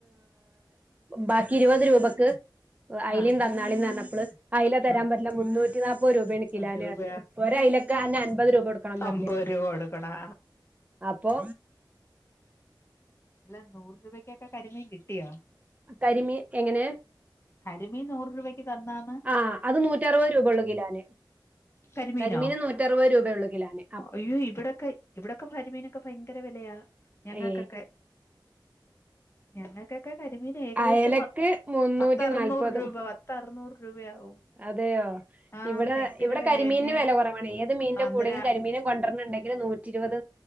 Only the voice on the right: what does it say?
ബാക്കി ഇരുപത് രൂപക്ക് അയിലേം
തന്നാളി പറഞ്ഞപ്പള് അയില തരാൻ
പറ്റ്ല്ല മുന്നൂറ്റി നാല്പ്പത് രൂപേണ് കിലോന്
പറഞ്ഞ് ഒരു അയിലക് തന്നെ അമ്പത് രൂപ കൊടുക്കണംന്ന്
പറഞ്ഞ്
അപ്പൊ
കരിമീൻ എങ്ങനെ
ആഹ് അത് നൂറ്ററുപത് രൂപള്ളു കിലാന്
കരിമീന് നൂറ്ററുപത് രൂപള്ളു കിലാന്
ഏഹ്
അയലക്ക്
മുന്നൂറ്റി
നാല്പതും
അതെയോ
ഇവിടെ
ഇവിടെ
കരിമീനിന്
വില കൊറവാണ് ഏത് മീനിന്റെ
കൂടേലും കരിമീനും കൊണ്ടെര്ണ് ഇണ്ടെങ്കിൽ നൂറ്റ നൂറ്റി ഇരുപത്